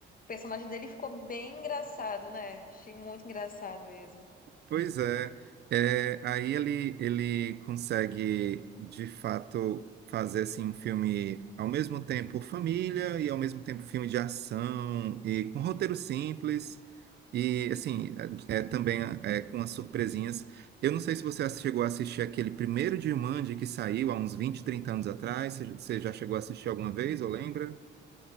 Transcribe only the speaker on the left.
personagem dele ficou bem engraçado, né? Achei muito engraçado mesmo.